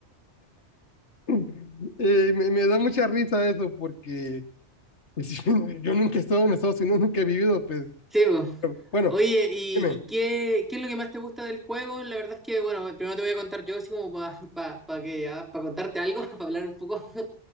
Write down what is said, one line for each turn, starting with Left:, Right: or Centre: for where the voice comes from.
Left: <laughs> Eh, me, me da mucha risa eso porque Pues <laughs> yo, yo nunca he estado en Estados Unidos, nunca he vivido, pues.
Centre: Sí, pues.
Left: Bueno,
Centre: Oye, ¿y,
Left: dime,
Centre: y qué, qué es lo que más te gusta del juego? La verdad es que, bueno, primero te voy a contar yo, así como para que, ah, pa contarte algo, <laughs> para hablar un poco.